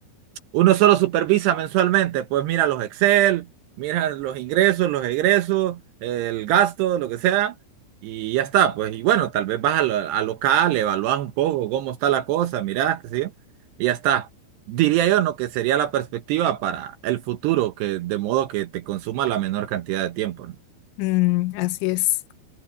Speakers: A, on the right (about 70°); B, on the left (about 80°).
A: uno solo supervisa mensualmente, pues mira los Excel, mira los ingresos, los egresos, el gasto, lo que sea, y ya está, pues, y bueno, tal vez vas a, lo- a local, evaluás un poco cómo está la cosa, mirás, qué sé yo, y ya está. Diría yo, ¿no? Que sería la perspectiva para el futuro, que de modo que te consuma la menor cantidad de tiempo, ¿no?
B: Mm, así es.